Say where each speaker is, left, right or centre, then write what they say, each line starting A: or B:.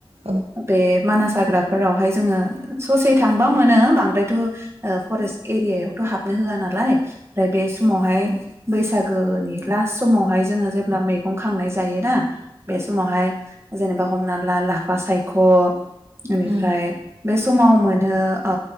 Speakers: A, on the right; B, on the right.
A: औ
B: बे मानास हाग्राफोरावहाय जोङो ससे थांबा मोनो बांद्रायथ ओ फरेस्ट एरियायावथ हाबनो होआ नालाय ओमफ्राय बे समावहाय
A: औ
B: बैसागोनि लास्ट समावहाय जोङो जेब्ला मैगं खांनाय जायोना? बेस महाय जेनेबा हमना ला लाफा सायख, बेनिफ्राय
A: उम
B: बे समाव मोनो ओ